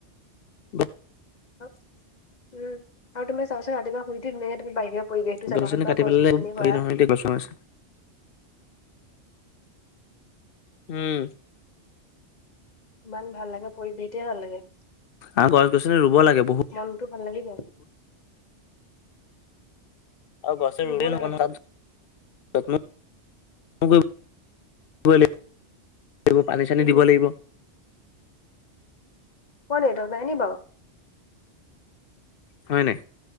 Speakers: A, on the left; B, on the left.
A: <unintelligible>
B: উম', আৰু তুমি চাবাচোন ৰাতিপুৱা শুই উঠি ধুনীয়কে তুমি বাহিৰ পৰিৱেশটো চাবাচোন
A: গছনি কাটি
B: বাৰু গছ
A: পেলালে
B: গছনি
A: হেৰি
B: ভৰা
A: নহয় এতিয়া বছন আছে। উম।
B: ইমান ভাল লাগে, পৰিৱেশটোৱে ভাল লাগে।
A: আৰু গছ গছনি ৰুব লাগে, বহু
B: মনটো ভাল লাগি যায়।
A: আৰু গছ গছনি
B: ৰুব
A: ৰুলেই নহ'ব,
B: লাগাটো
A: তাত যত্মও কৰিব লাগিব। এইবোৰ পানী চানী
B: উম
A: দিব লাগিব।
B: তৰ নেটৱৰ্ক নাই নি বাৰু?
A: হয় নাই?